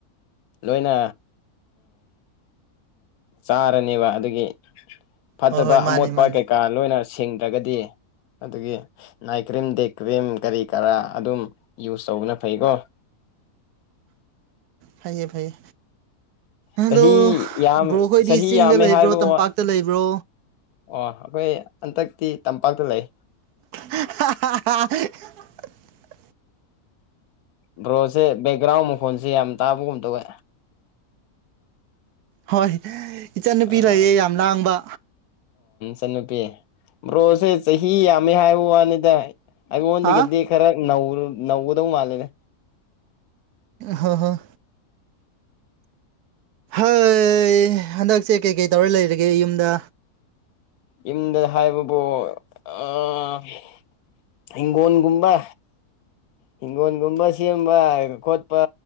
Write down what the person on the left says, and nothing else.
ꯂꯣꯏꯅ ꯆꯥꯔꯅꯦꯕ ꯑꯗꯨꯒꯤ ꯐꯠꯇꯕ
ꯑꯃꯣꯠꯄ
ꯀꯩꯀꯥ ꯂꯣꯏꯅ ꯁꯦꯡꯗ꯭ꯔꯒꯗꯤ ꯑꯗꯨꯒꯤ ꯅꯥꯏꯠ ꯀ꯭ꯔꯤꯝ ꯗꯦ ꯀ꯭ꯔꯤꯝ ꯀꯔꯤ ꯀꯔꯥ ꯑꯗꯨꯝ ꯌꯨꯁ ꯇꯧꯕꯅ ꯐꯩꯀꯣ
ꯆꯍꯤ ꯌꯥꯝ
ꯆꯍꯤ
ꯌꯥꯝꯃꯦ
ꯍꯥꯏꯕ
ꯋꯥ
ꯑꯣ ꯑꯩꯈꯣꯏ ꯍꯟꯗꯛꯇꯤ ꯇꯝꯄꯥꯛꯇ ꯂꯩ
ꯕ꯭ꯔꯣꯁꯦ ꯕꯦꯛꯒ꯭ꯔꯥꯎꯟ ꯃꯈꯣꯟꯁꯦ ꯌꯥꯝ ꯇꯥꯕꯒꯨꯝ ꯇꯧꯋꯦ
ꯑꯥ
ꯏꯆꯟꯅꯨꯄꯤ ꯕ꯭ꯔꯣꯁꯦ ꯆꯍꯤ ꯌꯥꯝꯃꯦ ꯍꯥꯏꯕ ꯋꯥꯅꯤꯗ ꯑꯩꯉꯣꯟꯗꯒꯤꯗꯤ
ꯈꯔ ꯅ ꯅꯧꯗꯧ ꯃꯥꯜꯂꯦꯅꯦ
ꯌꯨꯝꯗ ꯍꯥꯏꯕꯕꯕꯨ ꯑ ꯏꯒꯣꯟꯟꯒꯕ ꯍꯤꯡꯒꯣꯣꯟꯒꯨꯝꯕ ꯁꯦꯝꯕ ꯈꯣꯠꯄ